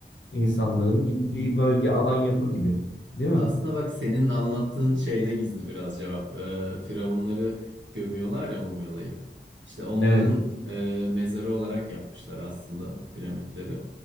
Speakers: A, on the left; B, on the right.
A: insanların gittiği
B: <laughs>
A: bölge alan yapı gibi. Değil mi?
B: Aslında bak senin anlattığın şeyde gizli biraz cevap. Ee, firavunları gömüyorlar ya mumyalayıp. İşte onların
A: Evet.
B: e, mezarı olarak yapmışlar aslında piramitleri.